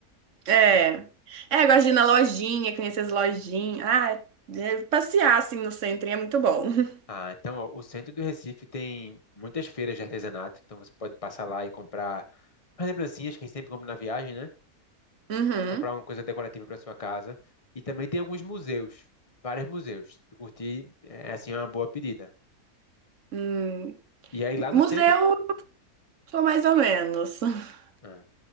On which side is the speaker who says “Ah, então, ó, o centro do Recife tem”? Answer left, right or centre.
Left